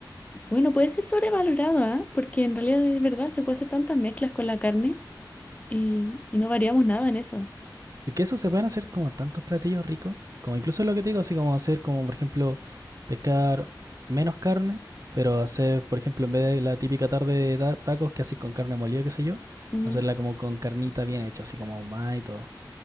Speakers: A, on the left; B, on the right.
A: Bueno, puede ser sobrevalorado, ¿ah? Porque en realidad es verdad, se puede hacer tantas mezclas con la carne y, y no variamos nada en eso.
B: Es que eso se pueden hacer como tantos platillos ricos, como incluso lo que te digo, así como hacer como, por ejemplo, pescar menos carne, pero hacer, por ejemplo, en vez de la típica tarde de ta- tacos que haces con carne molida, qué sé yo,
A: Ujú.
B: hacerla como con carnita bien hecha, así como ahumada y todo.